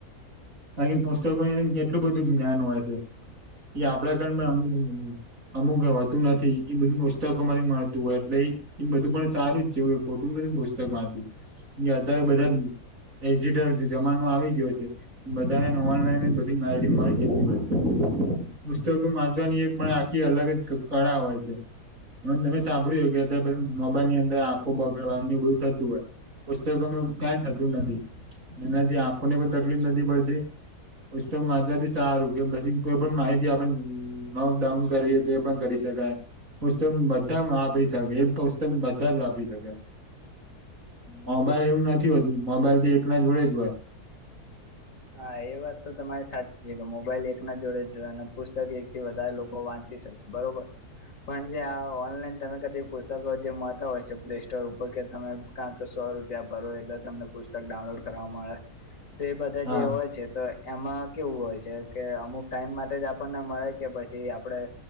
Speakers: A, on the right; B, on the left.
A: અહી પુસ્તકોની કેટલું બધું જ્ઞાન હોય સે. એ આપડડા કાર પણ <unintelligible> અમુક હોતું નથી એ બધું પુસ્તકો માંથી મળતું હોય એટલે. એ બધું પણ સારું જ છે કોઈ ખોટું નથી પુસ્તક વાંચવું અધારે બધા. એજિટર જમાનો આવી ગયો છે. બધાને ઓનલાઈન બધી માયરીંગ મળી જતું હોય છે. પુસ્તકો વાંચવાની એક પણ આખી અલગ જ કળા હોય છે. મ તમે સાંભળ્યુંય કે અત્યારે મોબાઈલ ની અંદર આંખો બગડવાનું એ બધું થતું હોય. પુસ્તકોનું કઈ થતું નથી એનાથી આંખો ને પણ તકલીફ નથી પડતી. પુસ્તક વાંચવાથી સારું કે પછી કોઈ પણ માહિતી આપ નક ડઉન. કરવી હોય તો એ પણ કરી શકાય. પુસ્તક બધા વાપરી શકે એક પુસ્તક બધા જ વાપરી શકે. મોબાઈલ એવું નથી હોતું મોબાઈલ તો એક ના જોડે જ હોય.
B: હા એ વાત તો તમારી સાચી છે કે મોબાઈલ એક ના જોડે જ હોય અને પુસ્તક એક થી વધારે લોકો વાંચી શકે. બરોબર. પણ જે આ ઓનલાઈન તમે કદીક પુસ્તકો જે મળતા હોય છે પ્લે સ્ટોર ઉપર કે તમે કા તો સો રૂપિયા ભરો એટલે. તમને પુસ્તક ડાઉનલોડ કરવા મળે તો એ બધા
A: હા
B: જે હોય છે તો. એમાં કેવું હોય છે કે અમુક ટાઈમ માટે જ આપણને મળે કે પછી આપડે.